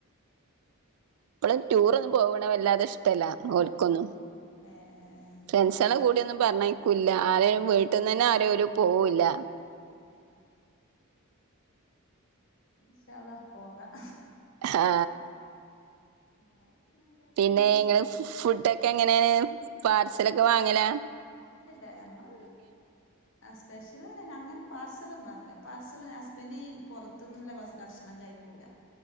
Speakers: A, on the right (about 80°); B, on the left (about 60°).
A: ഇപ്പഴ ടൂർ ഒന്നും പോവണ വല്ലാതെ്ട ഇ <inaudible> ഓക്കൊന്നും
B: ഏഹ് ഏഹ് ഏഹ്
A: ഫ്രണ്ട്സ കൂടിയൊന്ന പറന്ന ഇല്ല ആരും
B: പറഞ്ഞയക്കൂലല്ലേ
A: വീട്ടിൽന്ന് തന്നെ ആര പോവൂില്ല
B: ഏഹ് ഇൻശാഅല്ലാഹ്‌ പോകാം
A: ആ
B: എന്നാ പിന്നെ എന്തൊക്കെയുണ്ട്
A: പിന്നെ ഇങ്ങെ ഫു ഫുടൊക്കെ എങ്ങനെയാണ് പാർസൽൊക്കെ വാങ്ങല
B: ഇല്ലല്ല ഞങ്ങൾ സ്പെഷ്യല് പറൻ അങ്ങനെ പാർസൽൊന്നും പാർസല് ഹസ്ബൻഡ ഈ പുറത്തന്നുള്ള ഭക്ഷണം കഴിക്കൂല